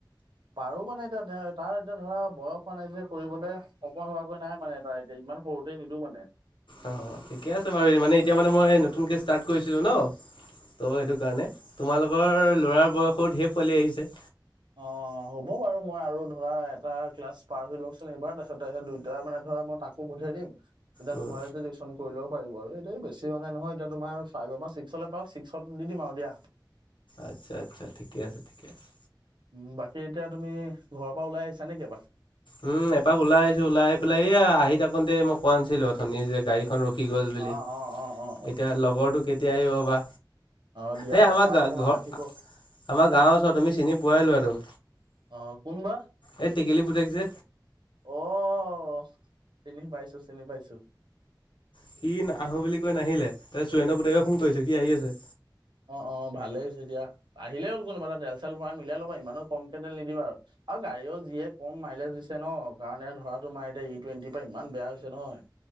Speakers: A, on the right (about 70°); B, on the left (about 80°).
A: পাৰো মানে এতিয়া তাৰ এতিয়া ধৰা বয়স হোৱা নাই যে কৰিবলৈ সময় হোৱাকৈ নাই মানে এাৰ এতিয়া। ইমান সৰুতে নিদো মানে
B: অ ঠিকে আছে বাৰু মানে এতিয়া মানে মই নতুনকে ষ্টাৰ্ট কৰিছিলো ন ত' সেইটো কাৰণে তোমালোকৰ ল'ৰাৰ বয়সো ঢেৰ পোৱালি আহিছে
A: অ হ'ব বাৰু মই আৰু ধৰা এটা ক্লাছ পাৰ হৈ লওকচোন এইবাৰ তাৰপিছত তাৰপিছত দুইটা মানে মই তাকো পঠিয়াই দিম তেতিয়া
B: উম,
A: তোমাৰ টিউচন কৰি ল পাৰিব আৰু এটাই বেছি মানে নহয় এতিয়া তোমাৰ ফাইভৰ ছিক্সলে প ছিক্সত দিম আৰু দিয়া
B: আচ্ছা আচ্ছা ঠিকে আছে ঠিকে আছে
A: উম বাকী এতিয়া তুমি ঘৰৰ পৰা ওলাই আহিছা নেকি
B: উম এপাক ওলাই আহিছো ওলাই আহি পেলাই এয়া আহি থাকোতে মই কোৱা নাছিলো অথনি যে গাড়ী খন ৰখি গ'ল বুলি
A: অ অ অ অ অ
B: এতিয়া লগৰটো কেতিয়া আহিব বা
A: অ দিয়া
B: এই
A: ৰখা
B: আমাৰ ঘৰ
A: অকমান আহিব অ
B: আমাৰ গাঁৱৰ ওচৰত তুমি চিনি পোৱাই লৰাটোক
A: অ কোনবা
B: এই টেকেলী পুতেক যে
A: অ অ চিনি পাইছো চিনি পাইছো
B: সি আহো বুলি কৈ নাহিলে তই চোৰেণৰ পুতেকে ফোন কৰিছে সি আহি আছে
A: অ অ ভালেই হৈছে দিয়া আহিলেই হ'ল কোনোবা এ তেল চেল ভৰাই মিলাই ল'বা ইমানো কমকে তেল নিদিবা আৰু আৰু গাড়ীও যিয়ে কম মাইলেজ দিছে ন কাৰণ এ ধৰাটো আমাৰ এতিয়া ই টুৱেণ্টিৰ পৰা ইমান বেয়া হৈছে নহয়